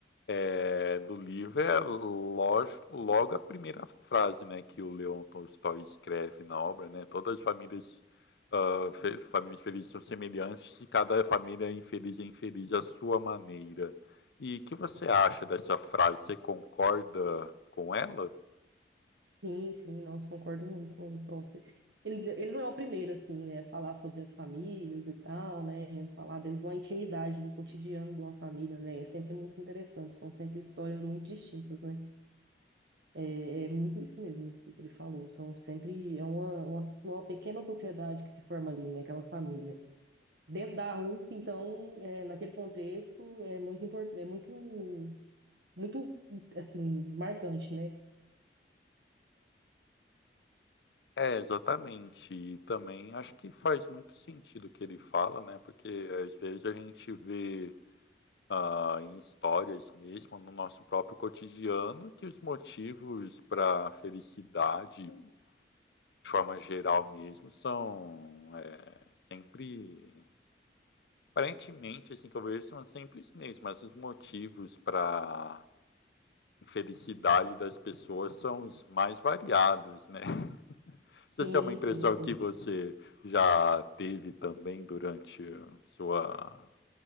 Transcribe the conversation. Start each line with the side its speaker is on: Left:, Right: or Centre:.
Left: eh, do livro é lógico, logo a primeira frase né, que o Leon Tolstói escreve na obra, né? Todas as famílias, ah, fe- famílias felizes são semelhantes e cada família é infeliz é infeliz à sua maneira. E o que você acha dessa frase? Você concorda com ela?
Right: Sim, sim, nossa, concordo muito com nossa. Ele, ele não é o primeiro, assim, né? a Falar sobre as famílias e tal, né? Falar dentro de uma intimidade, do cotidiano de uma família, né? É sempre muito interessante. São sempre histórias muito distintas, né? É é muito isso mesmo, o que ele falou. São sempre é uma, uma, uma pequena sociedade que se forma ali, né? Aquela família. Dentro da Rússia, então, é, naquele contexto, é muito importante, é muito, muito, assim, marcante, né?
Left: É, exatamente. E também acho que faz muito sentido o que ele fala, né? Porque às vezes a gente vê ah, em histórias mesmo, no nosso próprio cotidiano, que os motivos para felicidade, de forma geral mesmo, são é, sempre. Aparentemente, assim que eu vejo, são sempre os mesmos, mas os motivos para infelicidade das pessoas são os mais variados, né? <laughs>
Right: Sim,
Left: Se essa é uma impressão
Right: sim, sim.
Left: que você já teve também durante sua